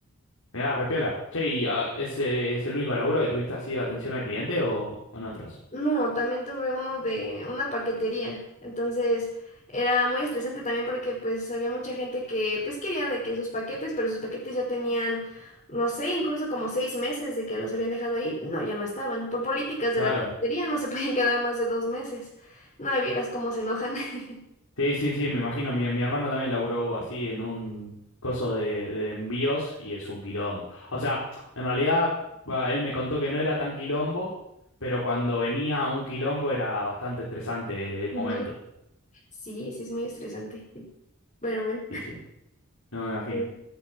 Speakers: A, on the left; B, on the left.
A: Mirá, repiola. Che, ¿y ah, ese es el único laburo que tuviste así de atención al cliente o o en otros?
B: No, también tuve uno de una paquetería. Entonces era muy estresante también porque pues había mucha gente que pues quería de que sus paquetes, pero sus paquetes ya tenían, no sé, incluso como seis meses de que los habían dejado ahí. No, ya no estaban. Por políticas
A: Claro.
B: de la paquetería no se podían quedar más de dos meses. No, y vieras cómo se enojan. <laughs>
A: Sí, sí, sí, me imagino. Mi, mi hermano también laburó así en un coso de, de envíos y es un quilombo. O sea, en realidad, va, él me contó que no era tan quilombo, pero cuando venía a un quilombo era bastante estresante el
B: Ujú.
A: momento.
B: Sí, sí, es muy estresante. Pero bueno.
A: Y sí, no me imagino.
B: Sí.